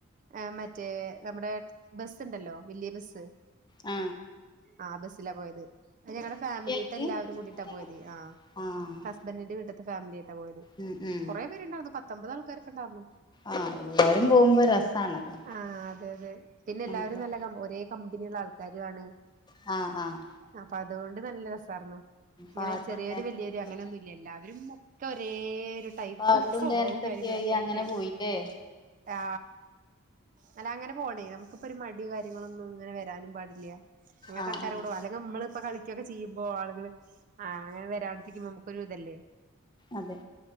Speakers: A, on the right; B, on the left.
A: ആ മറ്റേ നമ്മുടെ ബസ് ഉണ്ടല്ലോ വലിയ ബസ്സ്.
B: ആ.
A: ആ ബസ്സിലാ പോയത്. ഞങ്ങടെ ഫാമിലിത്തെ
B: ആയിട്ട്
A: എല്ലാവരും കൂടീട്ടാ
B: അങ്ങനെ
A: പോയത്. ആ
B: ആഹ്
A: ഹസ്ബൻഡിന്റെ വീട് ഫാമിലി ആയിട്ടാ പോയത്.
B: ഉം ഉം
A: കുറേ പേരുണ്ടായിരുന്നു. പത്തൊമ്പത് ആൾക്കാരൊക്കെ ഇണ്ടായിരുന്നു.
B: ആഹ് എല്ലാരും പോകുമ്പോ രസാണല്ലോ
A: ആ അതെ അതെ. പിന്നെ എല്ലാവരും
B: നമ്മള്
A: നല്ല കം ഒരേ കമ്പനിയുള്ള ആൾക്കാരു ആണ്.
B: ആ. ആ.
A: അപ്പൊ അതുകൊണ്ട് നല്ല രസായിരുന്നു. ഇങ്ങനെ
B: പാട്ടും
A: ചെറിയോര്
B: ഡാൻസും
A: വല്യോര് അങ്ങനൊന്നുല്ല. എല്ലാവരും മൊത്തം ഒരേ ഒരു ടൈപ്പ്
B: പാട്ടും
A: സ്വഭാവം
B: ഡാൻസൊക്കെ
A: കാര്യങ്ങളൊക്കെ ആയി
B: അങ്ങനെ
A: ട്ട്
B: പോയില്ലേ
A: ആ അല്ല അങ്ങനെ പോണേ നമു ക്കിപ്പൊ ഒരു മടി കാര്യങ്ങളൊന്നും ഇങ്ങനെ വരാനും പാടില്ല. അങ്ങനത്തെ
B: ആഹ്
A: ആൾക്കാരെ
B: ആഹ്
A: കൂടെ അല്ലെങ്കി ഇമ്മള് ഇപ്പൊ കളിക്കൊക്കെ ചെയ്യുമ്പോ ആള്കള് ആ അങ്ങനെ വരാണ്ടിരിക്കുമ്പോ നമുക്കൊരു ഇതല്ലേ.
B: അതെ